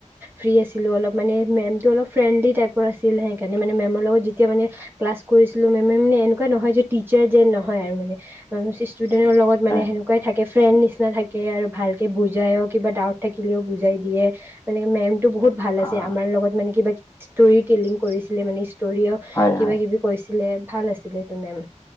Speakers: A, on the right; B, on the left.
A: ফ্ৰি আছিলো অলপ মানে মেমটো অলপ ফ্ৰেণ্ডলি টাইপৰ আছিলে সেইকাৰণে মানে মেমৰ লগত যেতিয়া মানে ক্লাচ কৰিছিলো মেমে মানে এনেকুৱা নহয় যে টিচাৰ যে নহয় আৰু মানে চিচ- ষ্টুডেনৰ লগত
B: হয়
A: হেনেকোৱাই থাকে ফ্ৰেণ্ড নিচিনা থাকে আৰু ভালকে বুজাইয়ো কিবা ডাউট থাকিলেও বুজাই দিয়ে। মানে মেম টো বহুত ভাল আছে
B: আহ,
A: আমাৰ লগত মানে কিবা দুই টিলিং কৰিছিলে মানে ইচ- সৰিও
B: হয় হয়।
A: কিবা কিবি কৈছে। মানে ভাল আছিলে সেইটো মেম।